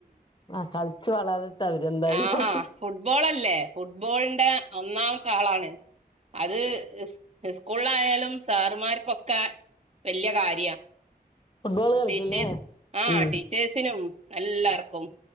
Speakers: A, on the left (about 30°); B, on the right (about 45°).
A: ആ കളിച്ചു വളരട്ടെ അവര് എന്തായാലും
B: ആഹാ ഫുട്ബോൾല്ലേ ഫുട്ബോളിന്റെ ഒന്നാം ആളാണ് അത് സ്കൂളിലായാലും സാറമാർക്കൊക്കെ വല്യ കാര്യ
A: ഫുട്ബോൾ കളിക്കില്ലേ
B: ടീച്ചേഴ്സ് ആഹ
A: ഉം
B: ടീച്ചേഴ്സിനും എല്ലർക്കും